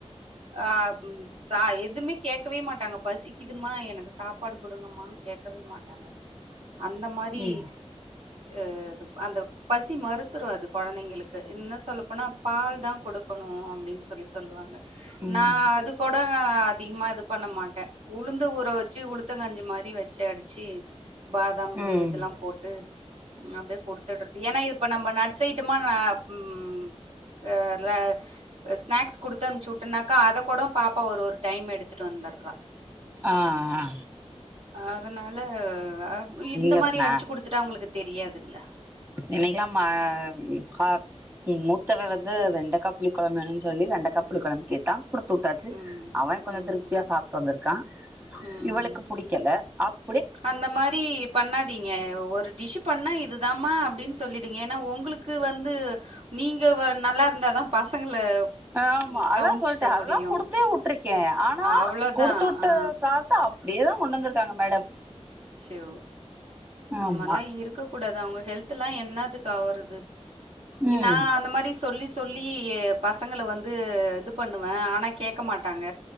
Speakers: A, on the right; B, on the right.
A: அ ம் ச எதுவுமே கேக்கவே மாட்டாங்க பசிக்குதுமா எனக்கு சாப்பாடு குடுங்கமான்னு கேக்கவே மாட்டாங்க அந்த மாரி
B: ம்
A: அ இது அந்த பசி மறுத்துரு அது கொழந்தைங்களுக்கு இன்னு சொல்லப்போனா பால் தா குடுக்கணு அப்டின்னு சொல் சொல்லி சொல்வாங்க
B: ம்
A: நா அது கொட அதிகமா இது பண்ண மாட்ட உளுந்து ஊற வச்சு உளுத்தங்கஞ்சி மாரி வ வச்ச அடிச்சு பாதாம்
B: ம்
A: பெ இதெல்லா போட்டு ம் அப்டியே குடுத்துட்றது ஏனா இப்ப நம்ம நட்ஸ் ஐட்டமா அ ம் அ ல ஸ்நாக்ஸ் குடுத்து அமுச்சிட் ட்டுனாக்கா அத கொட பாப்பா ஒரு ஒரு டைம் எடுத்துட்டு வந்துறா
B: ஆ ஆ
A: அதனால அ இந்த
B: இங்க
A: மாறி
B: ஸ்நா
A: அடிச்சு குடுத்துட்டா அவுங்ளுக்கு தெரியாதுல்ல
B: இன்னக்கலா மா ஹ மூத்தவ வந்து வெண்டைக்கா புளி கொழம்ப வேணுனு சொல்லி குழம்பு வேணும்னு சொல்லி வெண்டக்கா புளி கொழம்பு கேட்டா குடுத்து உட்டாச்சு
A: ம்.
B: அவ கொஞ்ச
A: ம்.
B: திருப்தியா சாப் வந்துருக்கான்
A: ம்.
B: இவளுக்கு புடிக்கல அப்
A: அந்த மாறி பண்ணா ங்க ஒரு டிஷு பண்ணா இதுதாம்மா அப்டின்னு சொல்லிடுங்க ஏனா ஒங்ளுக்கு வந்து நீங்க வ நல்லாருந்தாதா பசங்கள
B: ஆமா
A: ம்
B: அதா
A: கவனிச்சுக்க
B: சொல்ட்ட அதா
A: முடியும்.
B: குடுத்தே உட்டுருக்கே ஆனா
A: அவ்ளோதான்.
B: குடுத்து உட்டு
A: ஆ.
B: சா தத்த அப்டியேதா கொண்டு வந்திருக்காங்க மேடம்
A: ஸ்சொ அந்த
B: ஆமா
A: மாறிலா இருக்க கூடாது அவுங்க ஹெல்தல்லா என்னாதுக்கு ஆவுறது இங்க
B: ம்
A: நா அந்த மாறி சொல்லி சொல்லி பசங்கள வந்து இது பண்ணுவ ஆனா கேக்க மாட்டாங்க